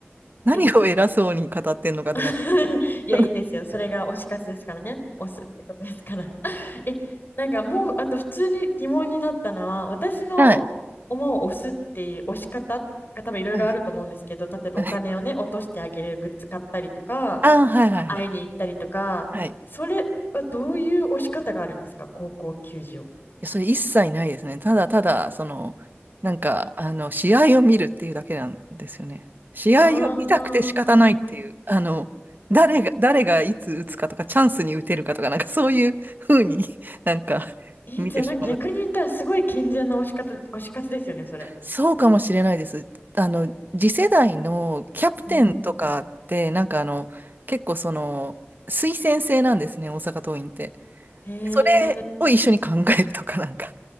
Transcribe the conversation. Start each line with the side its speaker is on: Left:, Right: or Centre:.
Right: 何を偉そうに語ってんのかって感
Left: え、<laughs> いや、いいんですよ。
Right: じ。<laughs>
Left: それが推し活ですからね。推すってことですから。<laughs> え、なんかもう、あと普通に疑問になったのは、私の思う推すっていう推し方が多分いろいろあると思うんですけど、
Right: はい。はい。
Left: 例えばお金をね、
Right: はい。
Left: 落としてあげるグッズ買ったりとか、
Right: ああ、はいはいはい。
Left: まあ、会いに行ったりとか、
Right: はい。
Left: それはどういう推し方があるんですか高校球児を。
Right: やそれ一切ないですね。ただただ、その、なんか、あの、試合を見るっていうだけなんですよね。試合を見たくて仕方ないっていう、
Left: ああ。
Right: あの、誰が、誰がいつ打つかとか、チャンスに打てるかとか、なんかそういう風に <laughs> なんか
Left: え、
Right: 見てしまう。
Left: じゃあなんか逆に言ったらすごい健全な推し活、推し活ですよね、それ。
Right: そうかもしれないです。あの、次世代のキャプテンとかって、
Left: うん。
Right: なんかあの、結構その、推薦制なんですね、大阪桐蔭って。
Left: へ
Right: それを一緒に考えるとか、
Left: え。
Right: なんか。